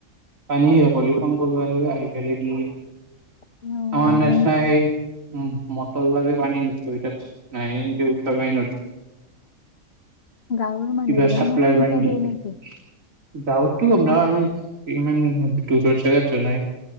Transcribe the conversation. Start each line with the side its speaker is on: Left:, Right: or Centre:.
Right: পানী স ফোন কৰিব লাগে আহি পেল দি যায় <unintelligible>
Left: অ
Right: আমাৰ নেচ
Left: যেন
Right: ন এই উ মটৰ লাগে পান নি নাইক উঠাব পায় ন
Left: গাঁৱৰ মানুহ
Right: কিবা
Left: গিলানো
Right: চাপ্লাই
Left: সেনকে
Right: বানী দি
Left: দিয়ে নেকি
Right: <unintelligible> গৱতটো হক নাই ইমান দৰৰ জেগাত জন নাই